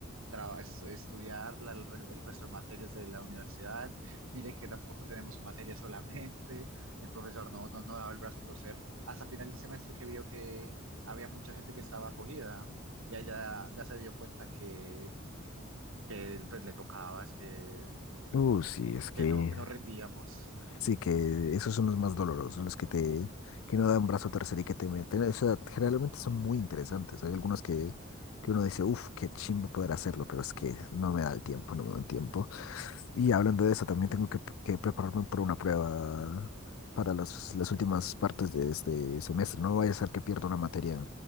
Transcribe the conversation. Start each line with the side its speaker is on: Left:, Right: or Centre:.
Right: traba- es- estudiar la- el, re- el resto de materias de la universidad, mire que tampoco tenemos su materia solamente y el profesor no, no, no daba el brazo a torcer hasta final del semestre que vio que había mucha gente que estaba acogida y ella ya se dio cuenta que que él, pues le tocaba es que
Left: Uh, sí, es que
Right: que no, que no rendíamos.
Left: Sí, que esos son los más dolorosos, los que te, que no dan brazo a torcer y que te meten. O sea, generalmente son muy interesantes. Hay algunos que, que uno dice, uff, qué chimbo poder hacerlo, pero es que no me da el tiempo, no me da el tiempo. Y hablando de eso, también tengo que, que prepararme por una prueba para las, las últimas partes de este semestre. No vaya a ser que pierda una materia